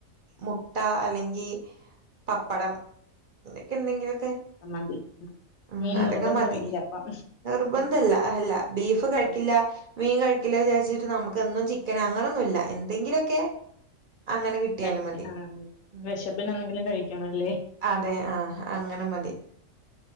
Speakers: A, on the right; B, on the left.
A: മുട്ട അല്ലെങ്കിൽ പപ്പടം നിനക്ക് എന്തെങ്കിലും
B: <unintelligible>
A: ഉം.. അതൊക്കെ
B: നിർബന്ധമില്ല
A: മതി
B: അപ്പം
A: നിർബന്ധല്ല- അല്ല.. ബീഫ് കഴിക്കില്ല.
B: ഉം,
A: മീൻ കഴിക്കില്ലോ വിചാരിച്ചിട്ട് നമുക്ക്ന്നും ചിക്കനാ, അങ്ങനോന്നു ഇല്ല. എന്തെങ്കിലൊക്കെ. അങ്ങനെ കിട്ടിയാലും
B: കഴിക്ക
A: മതി.
B: ആ
A: ഉം
B: വിശപ്പിന് എന്തെങ്കിലും കഴിക്കണല്ലേ
A: അതെ ആഹ.. അങ്ങനെ- മതി.